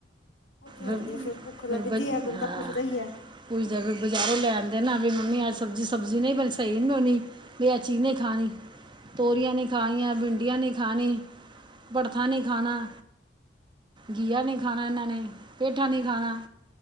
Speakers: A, on the left (about 80°); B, on the right (about 25°).
A: ਉਹ ਤੇ ਹੈ
B: ਫਿਰ
A: ਹੀ ਹੈ ਫੇਰ ਭੁੱਖ ਲੱਗਦੀ
B: ਫਿਰਬ
A: ਹੈ ਬੰਦਾ
B: ਹਾਂ
A: ਪੁੱਛਦਾ ਹੀ ਹੈ।
B: ਪੂਜਾ ਦਾ ਵੀਰ ਬਜ਼ਾਰੋਂ ਲੈਣ ਦੇ ਨਾ ਵੀਰ ਮੰਮੀ ਅੱਜ ਸਬਜ਼ੀ ਸਬਜ਼ੀ ਨਹੀਂ ਸਈ ਨੀ ਬਣੀ ਵਿ ਅਚੀਨੇ ਖਾਣੀ ਤੋਰੀਆਂ ਨਹੀਂ ਖਣੀਆਂ ਭਿੰਡੀਆਂ ਨਹੀਂ ਖਣੀ ਭੜਥਾ ਨਹੀਂ ਖਾਣਾ ਗੀਆ ਨਹੀਂ ਖਾਣਾ ਇਹਨਾਂ ਨੇ ਪੇਠਾ ਨਹੀਂ ਖਾਣਾ